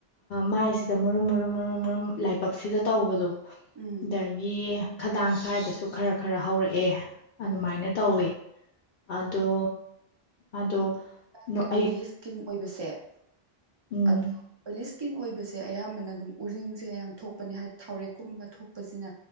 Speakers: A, on the left (about 65°); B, on the right (about 30°).
A: ꯃꯥꯏꯁꯤꯗ ꯃꯔꯨꯝ ꯃꯔꯨꯝ ꯃꯔꯨꯝ ꯃꯔꯨꯝ ꯂꯥꯏꯕꯛꯁꯤꯗ ꯇꯧꯕꯗꯣ
B: ꯎꯝ
A: ꯑꯗꯒꯤ ꯈꯗꯥꯡ ꯁ꯭ꯋꯥꯏꯗꯁꯨ ꯈꯔ ꯈꯔ ꯍꯧꯔꯛꯑꯦ ꯑꯗꯨꯃꯥꯏꯅ
B: ꯎꯝ
A: ꯇꯧꯋꯤ ꯑꯗꯣ ꯑꯗꯣ ꯅꯣ
B: ꯒꯤ ꯑꯣꯏ
A: ꯑꯩ
B: ꯏꯁꯀꯤꯟ ꯑꯣꯏꯕꯁꯦ ꯑ
A: ꯎꯝ
B: ꯑꯣꯏ <inaudible> ꯏꯁꯀꯤꯟ ꯑꯣꯏꯕꯁꯦ ꯑꯌꯥꯝꯕꯅ ꯑꯗꯨꯝ ꯎꯔꯤꯡꯁꯦ ꯌꯥꯝ ꯊꯣꯛꯄꯅꯦ ꯍꯥꯏꯗꯤ ꯊꯥꯎꯔꯦꯛꯀꯨꯝꯕ ꯊꯣꯛꯄꯁꯤꯅ